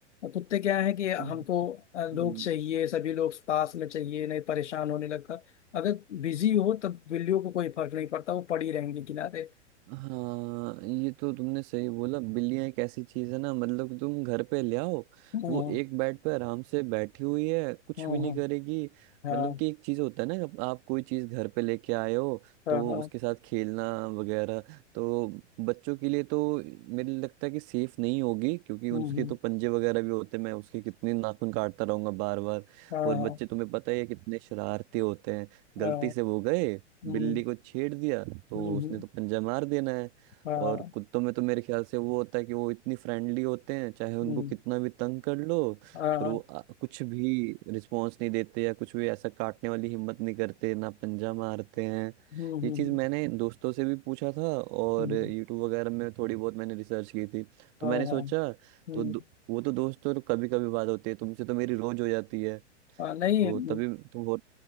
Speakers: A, on the left; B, on the right.
A: कुत्ते क्या है कि हमको
B: हम्म,
A: अ, लोग
B: हम्म,
A: चाहिए सभी लोग पास में चाहिए नहीं परेशान होने लगता अगर बिजी हो तब बिल्लियों को कोई फर्क नहीं पड़ता वो पड़ी रहेंगी किनारे
B: हाँ ये तो तुमने सही बोला बिल्लियां एक ऐसी चीज है ना मतलब तुम घर पे ले आओ
A: हम्म
B: वो एक बेड पे आराम से बैठी हुई है कुछ
A: हम्म
B: भी
A: हम्म,
B: नहीं
A: हम्म,
B: करेगी मतलब
A: हाँ
B: कि एक चीज होता है ना जब आप कोई चीज घर पे लेके आए हो
A: हाँ
B: तो
A: हाँ
B: उसके साथ खेलना वगैरह तो बच्चों के लिए तो मेरे लिए लगता है कि सेफ नहीं होगी क्योंकि उसके
A: हम्म हम्म,
B: तो पंजे वगैरह भी होते हैं मैं उसके कितने नाखून काटता रहूंगा बार बार
A: हाँ
B: और बच्चे
A: हाँ
B: तुम्हें पता ही है कितने शरारती होते हैं गलती
A: हाँ
B: से वो गए
A: हम्म
B: बिल्ली को छेड़ दिया तो
A: हम्म,
B: उसने
A: हम्म,
B: तो पंजा मार देना है
A: हाँ
B: और कुत्तों में तो मेरे ख्याल से वो होता है कि वो इतनी फ्रेंडली होते हैं चाहे उनको
A: हम्म
B: कितना भी तंग कर लो
A: हाँ
B: पर वो आ, कुछ भी रिस्पॉन्स नहीं देते या कुछ भी ऐसा काटने वाली हिम्मत नहीं करते ना पंजा मारते हैं
A: हम्म हम्म,
B: ये चीज़
A: हम्म।
B: मैंने दोस्तों से भी पूछा था और
A: हम्म,
B: यूट्यूब वगैरह में थोड़ी बहुत मैंने रिसर्च की थी तो
A: हाँ
B: मैंने सोचा
A: हाँ हम्म,
B: तो दो- वो तो दोस्तों कभी कभी बात होती है तुमसे तो मेरी रोज हो जाती है
A: हाँ नहीं
B: तो
A: हम्म,
B: तभी तो हो